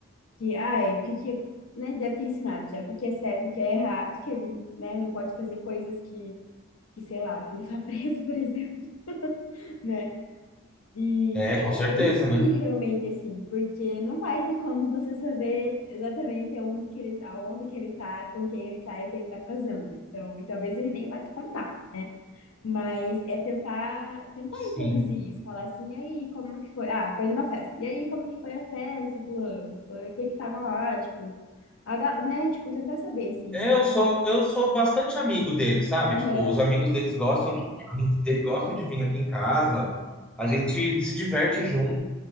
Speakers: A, on the left; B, in the centre.
A: que, ai, porque que, né, deve ter ensinado já o que que é certo e o que é errado, que ele, né, não pode fazer coisas que, que sei lá, que ele vá <laughs> preso, por exemplo, né? E,
B: é,
A: e é,
B: com certeza,
A: é instruir
B: né?
A: realmente, assim, porque não vai ter como você saber exatamente onde que ele tá, onde que ele tá, com quem ele tá e o que ele tá fazendo. Então, e talvez ele nem vá te contar. né mas é tentar, tentar
B: Sim.
A: introduzir isso, falar assim, e aí, como que foi? Ah, foi numa festa. E aí, como que foi a festa, fulano? Foi quem que tava lá, tipo, a, ga- né? Tipo, tentar saber, assim,
B: É, Eu
A: mas
B: sou, eu sou bastante amigo dele, sabe?
A: aham,
B: Tipo, os amigos deles gostam de, amigos dele gostam de vir aqui em casa. A gente se diverte junto.